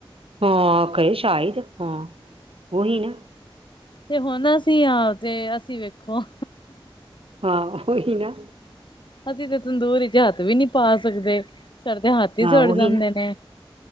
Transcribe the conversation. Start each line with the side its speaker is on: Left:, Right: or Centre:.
Right: ਹਾਂ ਕਯੇ ਸ਼ਾਇਦ ਹਾਂ ਓਹੀ ਨੇ
Left: ਤੇ ਹੁਨ ਅਸੀ ਅ ਤੇ ਅਸੀ ਵੇਖੋ।
Right: ਹਾਂ ਓਹੀ ਨਾ।
Left: ਅਸੀ ਤੇ ਤੰਦੂੂਰ ਇਚ ਹੱਥ ਵੀ ਨੀ ਪਾ ਸਕਦੇ। ਸਾਡੇ ਤੇ ਹੱਥ ਈ
Right: ਹਾਂ
Left: ਸੜ ਜਾਂਦੇ
Right: ਉਹੀ ਨਾ
Left: ਨੇ।